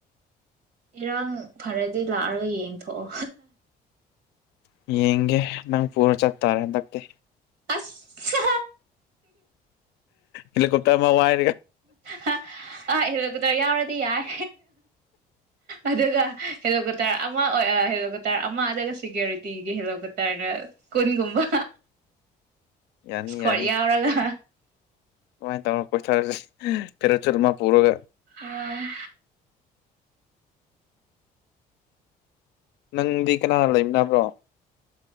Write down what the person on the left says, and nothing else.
ꯌꯦꯡꯒꯦ ꯅꯪ ꯄꯨꯔ ꯆꯠꯇꯥꯔꯦ ꯍꯟꯗꯛꯇꯤ
ꯍꯦꯀꯣꯞꯇꯔ ꯋꯥꯏ
ꯌꯥꯅꯤ
ꯌꯥꯅꯤ
ꯑꯗꯨꯃꯥꯏꯅ ꯇꯧꯔ ꯄꯣꯏꯊꯥꯔꯁꯤ ꯐꯦꯔꯦꯠ ꯁꯨꯔꯠ ꯑꯃ ꯄꯨꯔꯒ
ꯅꯪꯗꯤ ꯀꯅꯥ ꯂꯩꯃꯤꯅꯕ꯭ꯔꯣ